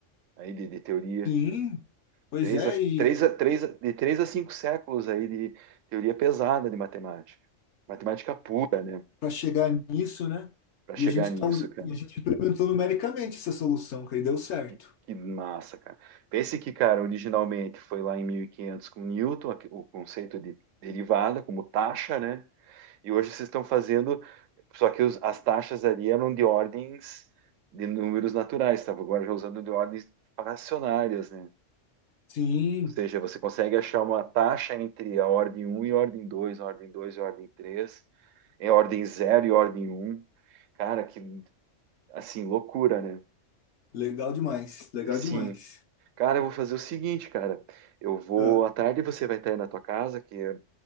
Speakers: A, on the right; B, on the left.
A: aí de de teoria.
B: Sim, pois
A: Três
B: é,
A: a,
B: e
A: três a, três a- de três a cinco séculos aí de teoria pesada de matemática. Matemática pura, né?
B: para chegar nisso, né?
A: Para
B: E
A: chegar
B: a gente
A: nisso,
B: tá, us-
A: cara.
B: e a gente implementou numericamente essa solução, que aí deu certo.
A: Que, que massa, cara. Pense que, cara, originalmente foi lá em 1500 com Newton, aqui- o conceito de derivada como taxa, né? E hoje vocês estão fazendo, só que os- as taxas ali eram de ordens de números naturais, estava agora já usando de ordens fracionárias, né?
B: Sim,
A: Ou seja, você consegue achar uma taxa entre a ordem um e a ordem dois, a ordem 2 e a ordem 3, é a ordem zero e a ordem um, Cara, que assim, loucura, né?
B: legal demais, legal
A: Sim.
B: demais.
A: Cara, eu vou fazer o seguinte, cara. Eu vou
B: Ah,
A: à tarde você vai estar aí na tua casa, que é,